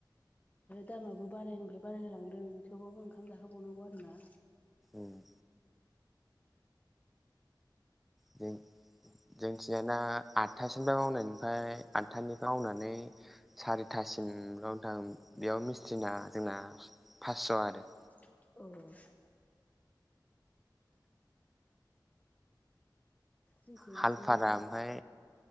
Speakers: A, on the left (about 20°); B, in the centre.
A: दामाबो बारानिफ्राय बारायलांदों थेवबाबो ओंखाम जाहोबावनांगौ आरोना
B: ओम जों जोंनिथिंजायना आदथासोनिफ्राय मावनायनिफ्राय आठथानिफ्राय मावनानै सारिथासिम लंथां बेयाव मिस्ट्रिना जोंना फासस' आरो
A: औ जोंथिं
B: हालफारा
A: बिदिनो आरो
B: ओमफाय